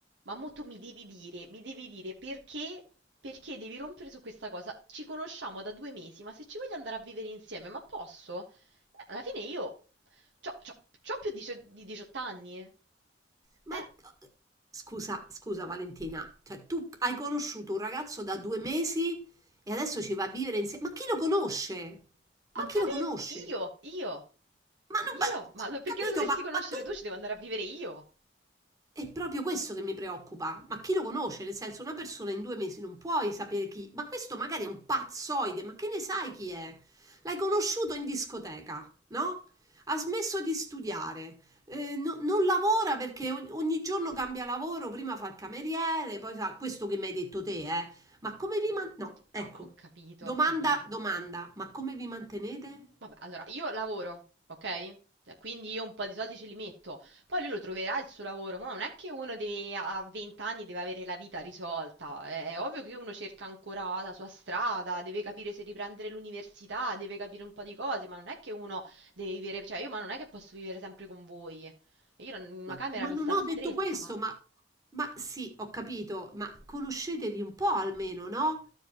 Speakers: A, on the right (about 75°); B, on the right (about 20°).
A: Ma mo tu mi devi dire, mi devi dire perché, perché devi rompere su questa cosa. Ci conosciamo da due mesi, ma se ci voglio andare a vivere insieme, ma posso? Eh, Alla fine io c'ho, c'ho- c'ho più dicio- di 18 anni.
B: Ma
A: Eh,
B: d- scusa, scusa Valentina, cioè tu hai conosciuto un ragazzo da due mesi e adesso ci va a vivere insieme. Ma chi lo conosce? Ma
A: ho
B: chi
A: capito!
B: lo conosce?
A: Io, io,
B: Ma non,
A: io!
B: ma-
A: Ma
B: ho
A: perché
B: capito,
A: lo dovresti
B: ma,
A: conoscere
B: ma tu
A: tu? Ci devo andare a vivere io!
B: È proprio questo che mi preoccupa. Ma chi lo conosce? Nel senso, una persona in due mesi non puoi sapere chi. Ma questo magari è un pazzoide, ma che ne sai chi è? L'hai conosciuto in discoteca, no? Ha smesso di studiare. eh, no- non lavora perché og- ogni giorno cambia lavoro, prima fa il cameriere, poi fa questo che mi hai detto te, eh. Ma come vi man... No, ecco.
A: Ah, ho capito.
B: Domanda, domanda, ma come vi mantenete?
A: Vabbè, allora io lavoro, ok? Eh, Quindi io un po' di soldi ce li metto, poi lui lo troverà il suo lavoro, ma non è che uno deve- a 20 anni deve avere la vita risolta, è, è ovvio che uno cerca ancora la sua strada, deve capire se riprendere l'università, deve capire un po' di cose, ma non è che uno deve vivere, cioè io ma non è che posso vivere sempre con voi, io non- una
B: Ma
A: camera
B: ma
A: mi
B: non
A: sta
B: ho
A: stretta,
B: detto questo, ma ma sì, ho capito, ma conoscetevi un po' almeno, no?